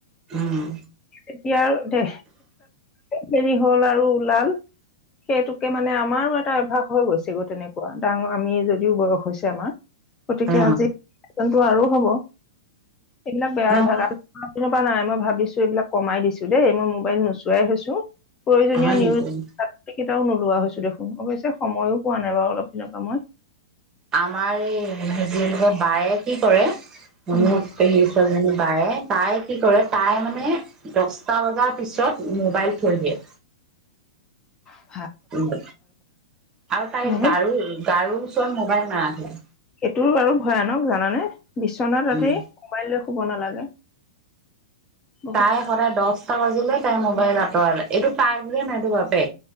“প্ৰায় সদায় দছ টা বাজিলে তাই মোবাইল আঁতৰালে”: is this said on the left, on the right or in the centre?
Right